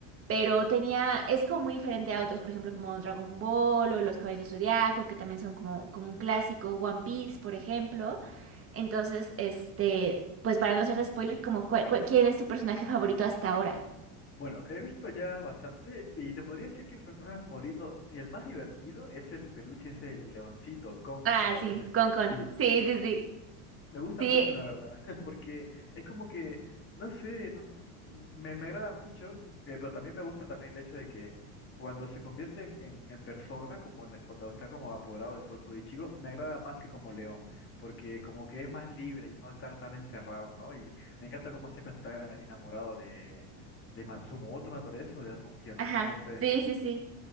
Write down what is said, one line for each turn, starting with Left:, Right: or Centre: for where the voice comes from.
Right: pero tenía, es como muy diferente a otros, por ejemplo, como Dragon Ball o Los Caballeros del Zodiaco, que también son como, como un clásico, One Piece, por ejemplo. Entonces, este, pues para no hacer spoiler, como cuál- cuál- ¿quién es tu personaje favorito hasta ahora?
Left: Bueno, he visto ya bastante y te podría decir que mi personaje favorito, el más divertido, es el peluche, es el leoncito, Kong,
Right: Ah,
Left: me parece.
Right: sí, Con Con.
Left: Sí,
Right: Sí, sí, sí.
Left: me gusta
Right: Sí,
Left: mucho, la verdad, <laughs> porque es como que, no sé, no- me, me agrada mucho, eh, pero también me gusta también el hecho de que cuando se convierte en, en- en persona, como en- cuando está como apoderado del cuerpo de Ichigo, me agrada más que como león, porque como que es más libre y no está tan encerrado, ¿no? Y me encanta como siempre está enamorado de, de Matsumoto, me parece, o de Rukia, no,
Right: ajá.
Left: no lo sé.
Right: Sí, sí, sí.